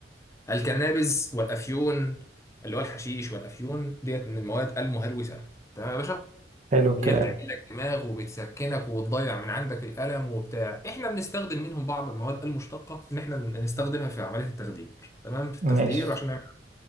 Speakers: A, on the left; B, on the right.
A: الكنابز والافيون اللي هو الحشيش والافيون ديت من المواد المهلوسه تمام يا باشا
B: حلو الكلام
A: اللي هي بتعمل لك دماغ وبتسكنك وبتضيع من عندك الالم وبتاع احنا بنستخدم منهم بعض المواد المشتقه ان احنا نستخدمها في عمليه التخدير تمام في
B: ماشي
A: التخدير عشان نعمل